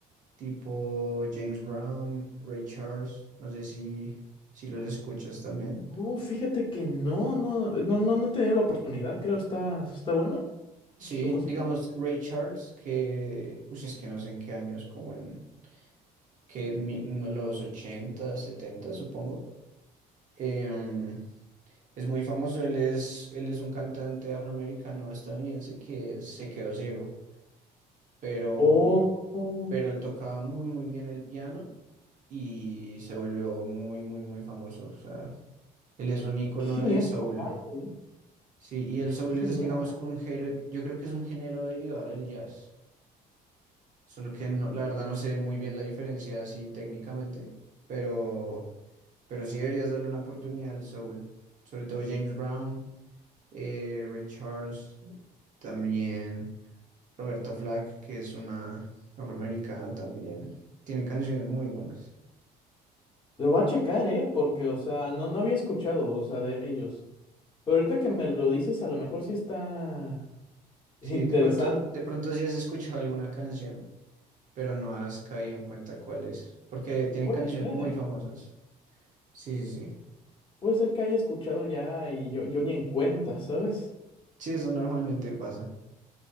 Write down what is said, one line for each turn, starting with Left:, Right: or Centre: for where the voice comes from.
Right: tipo James Brown, Ray Charles, no sé si, si los escuchas también.
Left: No, fíjate que no, no, no, no, no he tenido la oportunidad, creo, está, está buena
Right: Sí,
Left: su música.
Right: digamos Ray Charles, que, uy, es que no sé en qué años, como en que mi- no, los 80, 70, supongo. Em, es muy famoso, él es, él es un cantante afroamericano estadounidense que se quedó ciego. pero,
Left: Oh, oh,
Right: pero él tocaba muy, muy bien el piano y se volvió muy, muy, muy famoso. O sea, él es un icono
Left: qué genial
Right: del soul.
Left: esa parte, ¿eh?
Right: Sí, y el soul
Left: Qué genial.
Right: es, digamos, que un género, yo creo que es un género derivado del jazz. Solo que no- la verdad no sé muy bien la diferencia así técnicamente, pero, pero sí deberías darle una oportunidad al soul. Sobre todo James Brown, eh, Ray Charles, también. Roberta Flack, que es una afroamericana también. Tienen canciones muy buenas.
Left: Lo voy a checar, ¿eh? Porque, o sea, no, no había escuchado, o sea, de ellos. Pero ahorita que me lo dices, a lo mejor sí está <laughs>
Right: Sí,
Left: interesante.
Right: de pronto, de pronto sí has escuchado alguna canción, pero no has caído en cuenta cuál es, porque tienen
Left: Puede
Right: canciones
Left: ser,
Right: muy
Left: ¿eh?
Right: famosas. Sí, sí, sí.
Left: Puede ser que haya escuchado ya y yo, yo ni en cuenta, ¿sabes?
Right: Sí, eso normalmente pasa,